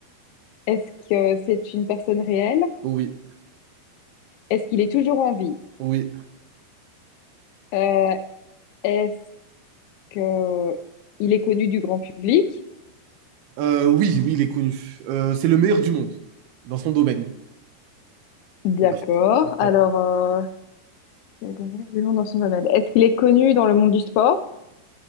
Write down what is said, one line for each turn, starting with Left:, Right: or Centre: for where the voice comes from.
Left: Est-ce que c'est une personne réelle?
Right: oh oui,
Left: Est-ce qu'il est toujours en vie?
Right: oh oui.
Left: Euh, est-ce que il est connu du grand public?
Right: Euh, oui, oui, il est connu. Euh, c'est le meilleur du monde dans son domaine.
Left: D'accord.
Right: Ouais, je te- je t'aide.
Left: Alors, euh, c'est le meilleur du monde dans son domaine. Est-ce qu'il est connu dans le monde du sport?